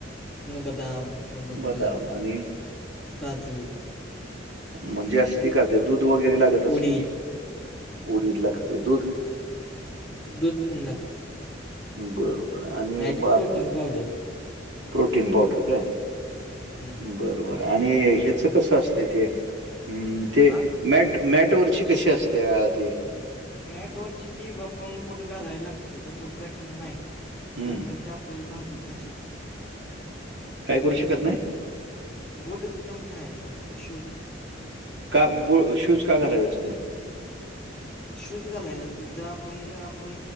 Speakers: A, in the centre; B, on the right.
A: बदाम, मनुक,
B: बदाम आणि
A: काजू
B: म्हणजे असतय का ते दूध वगैरे लागत असेल
A: उडीद,
B: की उडीद लागत, दूध
A: दूध पण लागत
B: बरं, बरं आणि
A: नाही तर
B: बाकी
A: प्रोटीन पावडर
B: प्रोटीन पावडर काय
A: हम्म
B: बर बर आणि हेच कसं असत ते अ ते
A: हा
B: मॅट, मॅट वरची कशी असतीया ति
A: मॅट वरची ती आपुन बूट घालायला लागतं जर बूट घातलं नाही
B: हं.
A: तर मग ते आपल्याला भाजू पण शकत.
B: काय करू शकत नाही?
A: बूट घालून खेळायचं असतंय शुज.
B: का ब शूज का घालायत असतय
A: शूज घालायला असतय जर आपुण आपुण